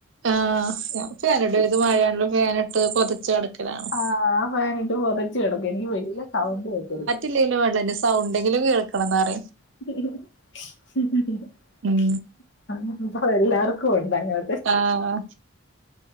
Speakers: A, on the right; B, on the left.
A: ആഹ് ഞാ ചരടേത് മഴയാണേലും ഫാന്ട്ട് പൊതച്ചു കടക്കലാണ്
B: ആഹ് ആ ഫാനിട്ട് പൊതച്ചു കെടക്കും എനിക്ക് വലിയ സൗണ്ട് കേക്കരുത്
A: ഇല്ലേലും വേണ്ട്ല സൗണ്ടെങ്കിലും കേൾക്കണംന്ന പറ
B: <inaudible>
A: ഉം
B: അഹ് ഇപ്പത് എല്ലാർക്കു ഉണ്ട് അങ്ങന
A: ആഹ്